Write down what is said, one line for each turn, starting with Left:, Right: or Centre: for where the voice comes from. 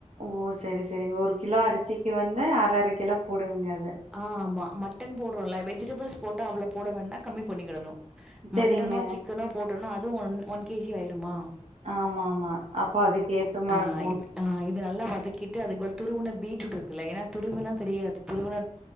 Right: ஓ சரி சரிங் ஒரு கிலோ அரிசிக்கி வந் து அர அர கிலோ போடுவீங்க இத
Centre: ஆ ஆமா. மட்டன் போட்றோல்ல வெஜ்ஜிடபிள்ஸ் போட்டா அவ்ளோ போட வேண்டா கம்மி பண்ணிக்கிடணு
Right: செரிங்க
Centre: மட்டனோ சிக்கனோ போட் டொனா அதுவு ஒன் ஒன் கேஜி ஆய்ருமா
Right: ஆமா ஆமா அப்ப அதுக்கேத்தா மா
Centre: ஆ
Right: போன்
Centre: இப் ஆ இது நல்லா வதக்கிட்டு அதுக் ஒரு துருவுன பீட்ரூட் இருக்குல்ல ஏன்னா துருகுனா தெரியாது துருவுனா